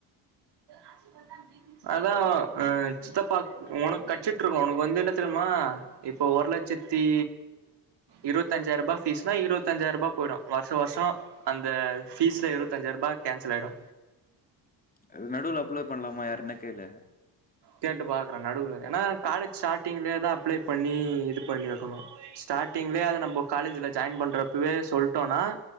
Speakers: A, on the right (about 60°); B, on the left (about 20°).
A: <inaudible> அதா அ சித்தப்பா உனக் கெட்ச்சிட்ட இருக்கு உனக்கு வந்து என்ன தெரும்மா இப்போ ஒரு லெச்சத்தி இருவத்தஞ்சாய ருபா ஃபீஸ்னா இருவத்தஞ்சாய ருபா போய்டு வர்ஷொ வர்ஷோ அந்த ஃபீஸ்ல இருவத்தஞ்சாய ருபா கேன்சல் ஆய்டு
B: அது நடுவுல அப்ளை பண்லாமா யார்ட்டனா கேளு
A: கேட்டு பாக்குறே நடுவுல ஏன்னா காலேஜ் ஸ்டார்டிங்லே தா அப்ளை பண்ணி இது பண்ணி வக்கணு ஸ்டார்டிங்லே அத நம்பொ காலேஜ்ல ஜாயின் பண்றப்பவே சொல்ட்டோனா